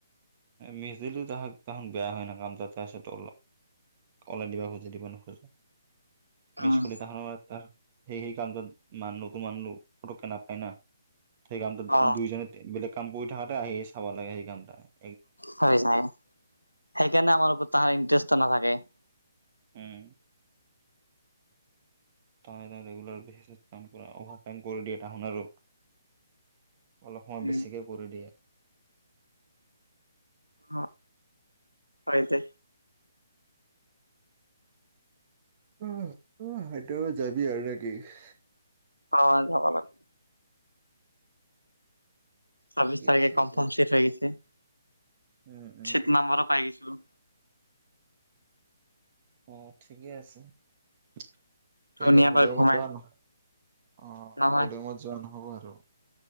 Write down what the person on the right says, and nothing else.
মিজ দিলটো তাহাক তাহোন বেয়া হয় ন কামটো তাৰ পাছতো ওলাই দিবা খোজি দিবা নোখোজে । মিছ
কলিতা তাৰ । সেয়েহেই কামটোত মানুহ নতুন মানুহ পটোকে নেপায় না । সেই কামটোত
দুইজনে বেলেগ । কাম কৰি থাকাতে আহি চাব লাগে সেই কামটা ।
উম । তই তাৰ ৰেগুলাৰ বেচিছত কাম কৰা অভাৰটাইম কৰি দিয়ে তাহোনাৰো । অলপ সময়
বেছিকে কৰি দিয়ে ।
আহ আহ সেইটো যাবি আৰু নে কি ।
ঠিকে
আছে
দা
উম উম
অ ঠিকেই আছে ।
এইবাৰ বোলে
মই যা নহ'লে । অ
গ'লে মজা ন। হব আৰু